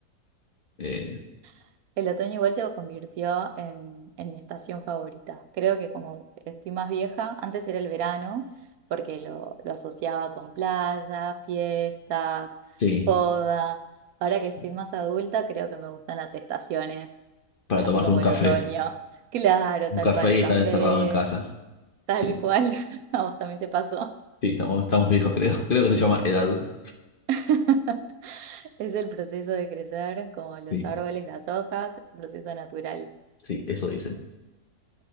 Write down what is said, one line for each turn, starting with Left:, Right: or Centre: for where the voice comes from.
Left: Eh,
Right: <laughs> El otoño igual se convirtió en, en mi estación favorita. Creo que como estoy más vieja, antes era el verano porque lo, lo asociaba con playa, fiestas,
Left: sí,
Right: joda. Ahora
Left: sí,
Right: que estoy más adulta, creo que me gustan las estaciones.
Left: para
Right: así
Left: tomarse
Right: como
Left: un café.
Right: el otoño. Claro,
Left: Un
Right: tal
Left: café
Right: cual,
Left: y
Right: un
Left: estar
Right: café,
Left: encerrado en casa.
Right: tal
Left: Sí,
Right: cual. <laughs> A vos también te pasó.
Left: sí, estamos, estamos viejos, creo. <laughs> Creo que se llama edad.
Right: <laughs> Es el proceso de crecer, como los
Left: Sí,
Right: árboles, las hojas, el proceso natural.
Left: sí, eso dicen.